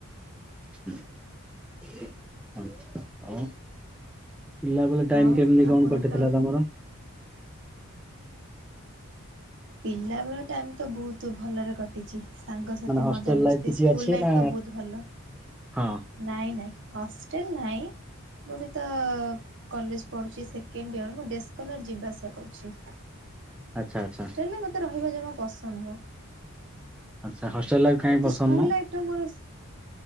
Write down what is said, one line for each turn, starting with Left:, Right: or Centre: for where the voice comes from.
Centre: ହୁଁ ହ ଆଉ ପିଲାବେଳେ ଟାଇମ
Right: ଆଉ
Centre: କେମିତି କଣ
Right: ଆପଣଙ୍କ
Centre: କଟିଥିଲା ତମର?
Right: ପିଲାବେଳ ଟାଇମ୍ ତ ବହୁତ ଭଲରେ କଟିଚି। ସାଙ୍ଗସାଥି
Centre: ମାନେ ହଷ୍ଟେଲ
Right: ମଜାମସ୍ତି
Centre: ଲାଇଫ କିଛି
Right: ସ୍କୁଲ
Centre: ଅଛି
Right: ଲାଇଫ
Centre: ନା
Right: ତ ବହୁତ ଭଲ।
Centre: ହଁ
Right: ନାଇଁ ନାଇଁ ହଷ୍ଟେଲ ନାହିଁ। ମୁଁ ବି ତ କଲେଜ ପଢ଼ୁଚି ସେକେଣ୍ଡ ଇୟର୍ ମୁଁ ଡେସ୍ କଲର୍ ଯିବା ଆସିବା କରୁଚି।
Centre: ଆଚ୍ଛା ଆଚ୍ଛା।
Right: ଲେ ମତେ ରହିବା ଜମା ପସନ୍ଦ ନୁହଁ।
Centre: ଆଚ୍ଛ ହଷ୍ଟଲ ଲାଇଫ କାଇଁ
Right: ସେମିତି
Centre: ପସନ୍ଦ
Right: ସ୍କୁଲ
Centre: ନୁହଁ
Right: ଲାଇଫ ମୋର